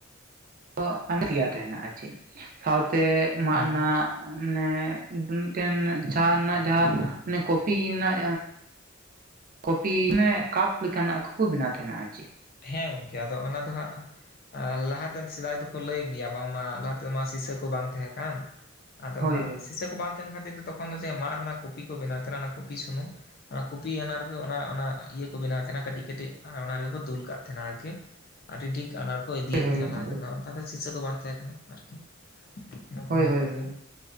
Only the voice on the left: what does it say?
ᱦᱮᱸ
ᱦᱮᱸ ᱜᱚᱝᱠᱮ ᱟᱫᱚ ᱚᱱᱟ ᱫᱚ ᱦᱟᱸᱜ ᱟᱸ ᱞᱟᱦᱟᱛᱮᱱ ᱥᱮᱫᱟᱭ ᱫᱚᱠᱚ ᱞᱟᱹᱭ ᱜᱮᱭᱟ ᱵᱟᱝᱢᱟ ᱞᱟᱦᱟ ᱛᱮᱢᱟ ᱥᱤᱥᱟᱹ ᱠᱚ ᱵᱟᱝ ᱛᱟᱦᱮᱸ ᱠᱟᱱ, ᱟᱫᱚ
ᱦᱟᱸᱜ
ᱥᱤᱥᱟᱹ ᱠᱚ ᱵᱟᱝ ᱛᱟᱦᱮᱸᱱ ᱠᱷᱟᱱ <inaudible> ᱛᱚᱠᱷᱚᱱ ᱫᱚ ᱪᱮᱫ ᱢᱟᱫ ᱨᱮᱱᱟᱜ ᱠᱚᱯᱤ ᱠᱚ ᱵᱮᱱᱟᱣ ᱛᱟᱦᱮᱸᱱᱟ ᱚᱱᱟ ᱠᱚᱯᱤ ᱥᱩᱱᱩᱢ, ᱚᱱᱟ ᱠᱩᱯᱤ ᱚᱱᱟ ᱨᱮᱜᱮ ᱚᱱᱟ ᱚᱱᱟ ᱤᱭᱟᱹ ᱠᱚ ᱵᱮᱱᱟᱣ ᱛᱟᱦᱮᱸᱱᱟ ᱠᱟᱹᱴᱤᱡ ᱠᱟᱹᱴᱤᱡ ᱟᱨ ᱚᱱᱟ ᱨᱮᱜᱮ ᱠᱚ ᱫᱩᱞ ᱠᱟ ᱛᱟᱦᱮᱸᱱᱟ ᱟᱨᱠᱤ, ᱟᱹᱰᱤ ᱴᱷᱤᱠ ᱚᱱᱟ ᱨᱮ ᱠᱚ ᱤᱫᱤᱭᱮᱫ
ᱛᱟᱦᱮᱸᱱᱟ
ᱞᱟᱦᱟ ᱛᱮᱫᱚ <inaudible> ᱥᱤᱥᱟᱹ ᱠᱚ ᱵᱟᱝ ᱛᱟᱦᱮᱸ ᱠᱟᱱᱟ ᱟᱨᱠᱤ᱾ ᱚᱱᱟ ᱠᱚ
ᱧᱮᱞᱚᱜ
ᱜᱮᱭᱟ,